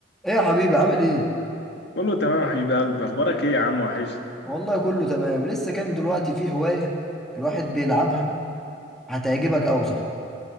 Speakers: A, in the centre; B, on the left.
A: ايه يا حبيبي عامل ايه
B: قول له تمام يا حبيب قلبي اخبارك ايه يا عم وحش
A: والله كله تمام لسه كان دلوقتي في هواية الواحد بيلعبها هتعجبك اوي صح